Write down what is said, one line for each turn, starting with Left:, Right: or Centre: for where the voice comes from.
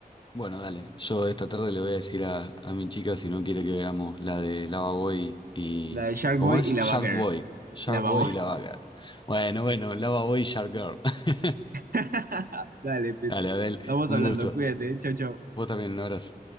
Left: Bueno, dale, yo esta tarde le voy a decir a, a mi chica si no quiere que veamos la de Lava Boy y...
Right: La de Shark
Left: ¿Cómo
Right: Boy
Left: es?
Right: y la
Left: Shark
Right: Bagger.
Left: Boy. Shark
Right: La babona.
Left: Boy y Lava Girl. Bueno, bueno, Lava Boy y Shark Girl. <laughs>
Right: <laughs> Dale, pues.
Left: Dale, Adel,
Right: Estamos
Left: un
Right: hablando.
Left: gusto.
Right: Cuídate. Chau, chau.
Left: Vos también, un abrazo.